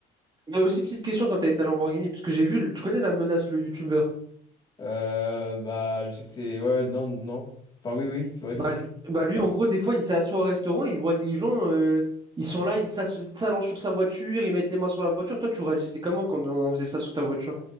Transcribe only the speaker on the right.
Mais aussi petite question quand t'as été à Lamborghini, parce que j'ai vu, le- tu connais la menace, le YouTuber.
Bah
lui, bah lui, en gros, des fois, il s'assoit au restaurant et il voit des gens, euh, ils sont là, ils s'ass- s'allongent sur sa voiture, ils mettent les mains sur la voiture. Toi, tu réagissais comment quand on faisait ça sur ta voiture?